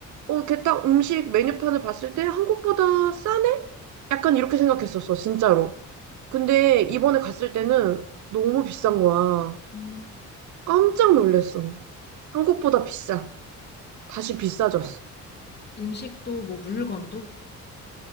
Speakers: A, on the right (about 70°); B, on the left (about 35°).
A: 어 이렇게 딱 음식 메뉴판을 봤을 때 한국보다 싸네? 약간 이렇게 생각했었어 진짜로. 근데 이번에 갔을 때는 너무 비싼 거야.
B: 음.
A: 깜짝 놀랐어. 한국보다 비싸. 다시 비싸졌어.
B: 음식도 뭐 물건도?